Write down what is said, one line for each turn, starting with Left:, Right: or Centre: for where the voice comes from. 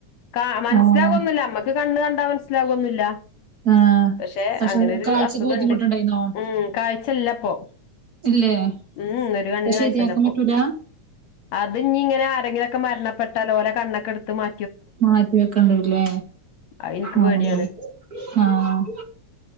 Left: കാ മനസ്സിലാവൊന്നുല്ല
Right: ആഹ്
Left: അമ്മക്ക് കണ്ണ് കണ്ടാ മനസ്സിലാവൊന്നുല്ല.
Right: ആഹ്
Left: പഷേ
Right: പക്ഷെ
Left: അങ്ങനൊര്
Right: കാഴ്ചക്ക്
Left: അസുഖണ്ട്
Right: ബുദ്ധിമുട്ടുണ്ടായിന്നോ?
Left: ഉം കാഴ്ച ല്ലപ്പോ
Right: ഇല്ലേ ഇപ്പൊ
Left: ഉം ഒര് കണ്ണിന്
Right: ശരിയാക്കാൻ
Left: കാഴ്ച്ചല്ലപ്പോ.
Right: പറ്റൂല
Left: അത് ഇഞ്ഞി ഇങ്ങനെ ആരെങ്കിലുംക്കെ മരണപ്പെട്ടാലോലേ കണ്ണൊക്കെ എടുത്ത് മാ
Right: മാറ്റി വെക്കണ്ടൂല്ലേ
Left: അത് ഇൻക്ക്
Right: ആഹ്
Left: പേടിയാണ്
Right: ആഹ് ആഹ്